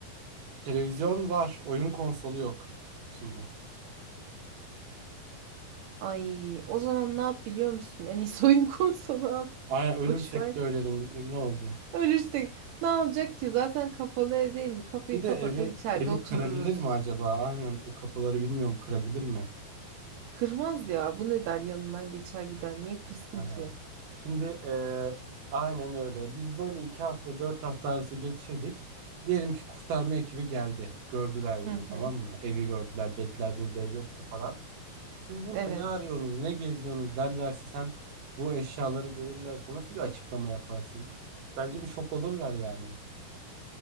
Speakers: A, on the right (about 65°); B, on the right (about 80°).
A: Televizyon var, oyun konsolu yok içinde.
B: Ay, o zaman ne yap biliyor musun? En iyisi oyun <laughs> konsolu al.
A: Aynen ölürsek
B: Boş ver.
A: de ölelim. e, Ne olacak?
B: Ölürsek ne olacak ki? Zaten kapalı ev değil mi? Kapıyı
A: Bir
B: kapatır
A: de evi
B: içeride
A: evi
B: otururuz.
A: kırabilir mi acaba? Aynen o kapıları bilmiyorum kırabilir mi?
B: Kırmaz ya. Bu ne der yanından geçer gider. Niye kırsın
A: Aha.
B: ki?
A: Şimdi e, aynen öyle. Biz böyle iki hafta dört hafta arası geçirdik. Diyelim ki kurtarma ekibi geldi. Gördüler bizi
B: Hı
A: tamam
B: hı.
A: mı? Evi gördüler dediler burada ev yoktu falan. Siz burada
B: Evet.
A: ne arıyorsunuz, ne geziyorsunuz derlerse sen bu eşyaları görürlerse nasıl bir açıklama yaparsın? Bence bir şok olurlar yani.